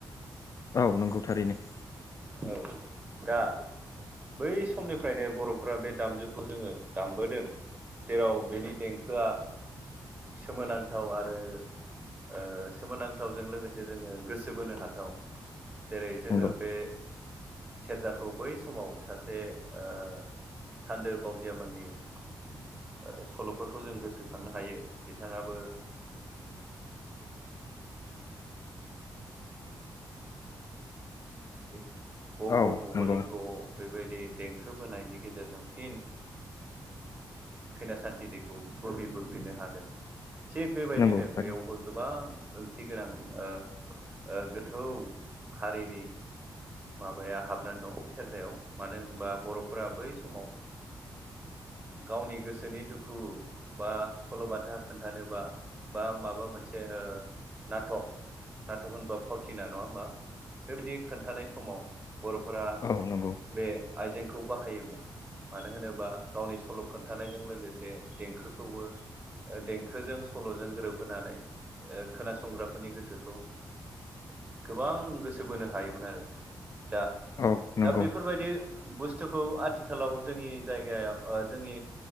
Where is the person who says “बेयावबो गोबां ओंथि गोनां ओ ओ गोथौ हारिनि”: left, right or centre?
Right